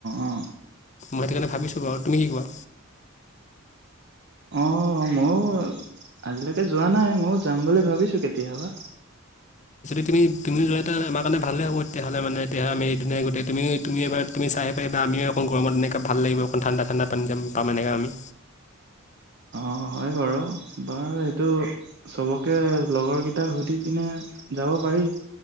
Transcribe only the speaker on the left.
মই সেইটো কাৰণে ভাবিছোঁ বাৰু, তুমি কি কোৱা?
তুমি-তুমিও যোৱা এটা আমাৰ কাৰণে ভালে হ'ব। তেতিয়াহলে মানে, এতিয়া আমি ধুনীয়া গোটেই তুমি-তুমি এবাৰ তুমি চাই আহিব পাৰিবা। আমিও অকণ গৰমত এনেকা ভাল লাগিব, অকণ ঠাণ্ডা-ঠাণ্ডা <unintelligible> পাম এনেকে আমি।